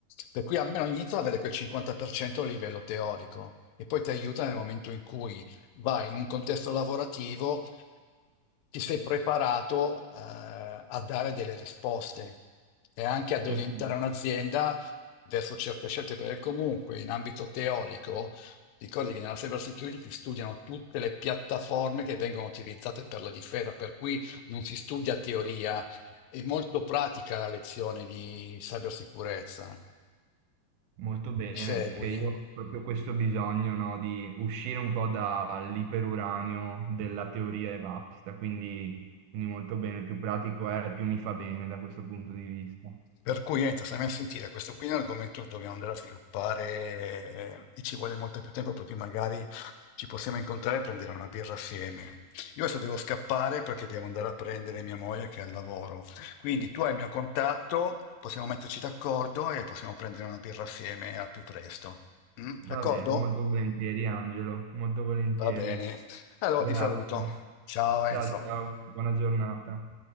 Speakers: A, on the left; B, on the right.
A: Per cui almeno inizio ad avere quel 50% a livello teorico, e poi ti aiuta nel momento in cui vai in un contesto lavorativo, ti sei preparato, eh, a dare delle risposte e anche ad
B: Certo.
A: orientare un'azienda verso certe scelte, perché comunque in ambito teorico, ricordi che nella cyber security si studiano tutte le piattaforme che vengono utilizzate per la difesa, per cui non si studia teoria, è molto pratica la lezione di cybersicurezza.
B: Molto bene,
A: Mi segui?
B: perché io ho proprio questo bisogno, no, di uscire un po' dall'iperuranio della teoria e basta, quindi, quindi molto bene, più pratico è, più mi fa bene da questo punto di vista.
A: Per cui, niente, stiamo a sentire, questo qui è un argomento che dobbiamo andare a sviluppare eh, e ci vuole molto più tempo, per cui magari ci possiamo incontrare e prendere una birra assieme. Io adesso devo scappare perché devo andare a prendere mia moglie che è al lavoro. Quindi tu hai il mio contatto, possiamo metterci d'accordo e possiamo prendere una birra assieme al più presto. Mm?
B: Va
A: D'accordo?
B: bene, molto volentieri Angelo, molto volentieri.
A: Va bene. Allora
B: Grazie.
A: ti saluto. Ciao
B: Ciao
A: Enzo.
B: ciao, buona giornata.